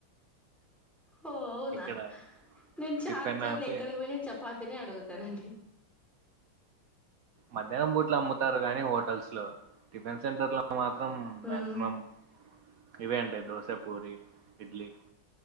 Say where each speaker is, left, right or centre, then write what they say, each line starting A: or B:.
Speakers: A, in the centre; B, on the right.
A: ఓ అవునా
B: ఇక్కడ
A: నేను చా
B: టిఫిన్
A: చోట్ల
B: అంటే
A: ఎక్కడికి పోయిన చెప్ప పాతినే అడుగుతానండి
B: మధ్యాహ్నం బూట్లు అమ్ముతారు గాని హోటల్స్ లో టిఫిన్ సెంటర్ లో మాత్రం
A: మ్మ్.
B: మాక్సిమం ఇవే అంటయి దోస పూరి ఇడ్లీ